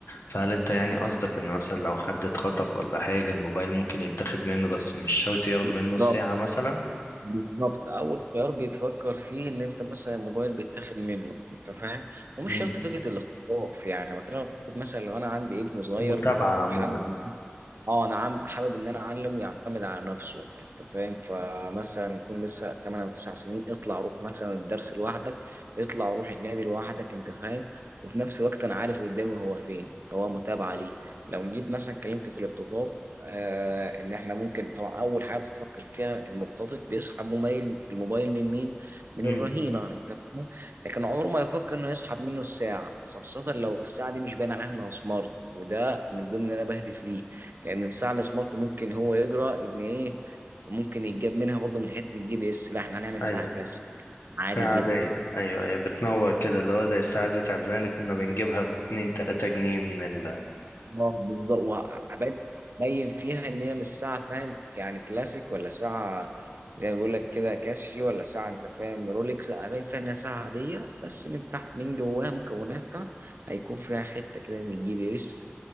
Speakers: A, on the left; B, on the right.
A: فهل انت يعني قصدك ان مثلا لو حد اتخطف ولا حاجة الموبايل ممكن يتاخد منه بس مش شرط ياخدوا
B: بالظبط.
A: منه ساعة مثلا
B: بالظبط اول خيار بيتفكر فيه ان انت مثلا الموبايل بيتاخد منه انت فاهم ومش
A: امم
B: شرط فكره الاختطاف يعني أنا بكلمك في فكره مثلا لو انا عندي ابن صغير
A: متابعة عموما
B: وحابب اه انا عم حابب ان انا اعلم ويعتمد على نفسه انت فاهم فمثلا يكون لسه 8 او 9 سنين اطلع روح مثلا الدرس لوحدك اطلع روح النادي لوحدك انت فاهم وفي نفس الوقت انا عارف قدامي هو فين فهو متابع ليه لو جيت مثلا اتكلمت في الاختطاف آه ان احنا ممكن طبعا اول حاجه بتفكر فيها المختطف بيسحب موبايل الموبايل من مين من
A: امم
B: الرهينه انت فاهم لكن عمره ما يفكر انه يسحب منه الساعه خاصه لو الساعه دي مش باين عليها انها سمارت وده من ضمن اللي انا بهدف ليه لان الساعه السمارت ممكن هو يجرى ان ايه ممكن يتجاب منها برضه من حته الجي بي اس لا احنا هنعمل
A: ايوه
B: ساعه كلاسيك عادي
A: ساعة
B: جدا
A: عادية ايوه ايوه بتنور كده اللي هو زي الساعات بتاعت زمان اللي كنا بنجيبها باتنين تلاتة جنيه من ال
B: آه، بالظبط وهبد- هبين فيها ان هي مش ساعه فاهم يعني كلاسيك ولا ساعه زي ما بيقول لك كده كاسيو ولا ساعه انت فاهم رولكس لا، هبين فيها انها ساعه عاديه بس من تحت من جواها مكوناتها هيكون فيها حته كده من الجي بي اس